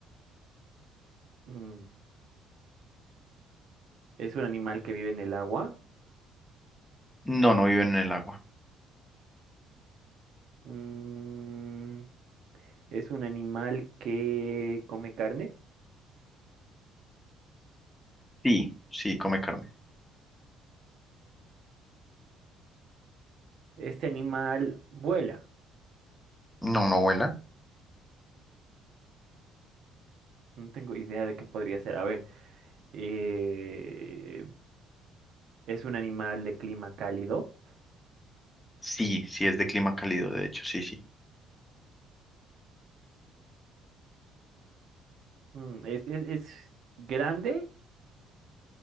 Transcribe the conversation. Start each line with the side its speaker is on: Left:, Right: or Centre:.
Right: Mm, ¿Es un animal que vive en el agua?
Left: no, no viven en el agua.
Right: Mm, Es un animal que come carne.
Left: Sí, sí, come carne.
Right: Este animal vuela.
Left: No, no vuela.
Right: No tengo idea de qué podría ser. A ver, eh, es un animal de clima cálido.
Left: Sí, sí, es de clima cálido, de hecho, sí, sí.
Right: Mm, ¿Es, es, es grande?